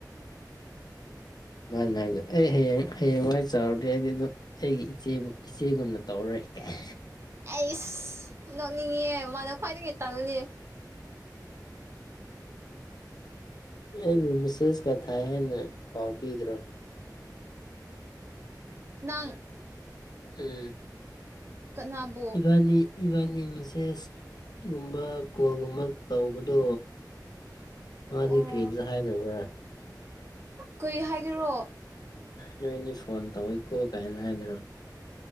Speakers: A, on the left; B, on the right.
A: ꯃꯥꯅ ꯍꯥꯏꯕꯗꯨ ꯑꯩ ꯍꯌꯦꯡ ꯍꯌꯦꯡꯋꯥꯏ ꯆꯥꯎꯔꯗꯤ ꯑꯩꯗꯤ ꯑꯗꯨꯝ ꯑꯩꯒꯤ ꯏꯆꯦꯕꯨ ꯏꯆꯦꯒꯨꯝꯅ ꯇꯧꯔꯔꯣꯏ ꯀꯥꯏ
B: ꯑꯩꯁ ꯅꯣꯛꯅꯤꯡꯉꯤꯍꯦ ꯃꯥꯅ ꯈ꯭ꯋꯥꯏꯗꯒꯤ ꯇꯜꯂꯤ
A: ꯑꯦ ꯑꯩꯕꯨ ꯃꯤꯁꯦꯁ ꯀꯥ ꯊꯥꯏ ꯍꯥꯏꯅ ꯄꯥꯎ ꯄꯤꯗ꯭ꯔꯣ
B: ꯅꯪ
A: ꯑꯦ
B: ꯀꯅꯥꯕꯨ
A: ꯏꯕꯥꯅꯤ ꯏꯕꯥꯅꯤ ꯃꯤꯁꯦꯁ ꯒꯨꯝꯕ ꯀꯣꯜꯒꯨꯝꯕ ꯇꯧꯕꯗꯣ ꯅꯉꯣꯟꯗ
B: ꯑꯣ
A: ꯀ꯭ꯔꯤꯝꯇ ꯍꯥꯏꯗꯕ꯭ꯔꯥ
B: ꯀꯨꯏ ꯍꯥꯏꯒꯦꯔꯣ
A: ꯅꯣꯏꯅꯤ ꯐꯣꯟ ꯇꯧꯋꯦꯀꯣ ꯀꯥꯏꯅ ꯍꯥꯏꯒꯦꯔꯣ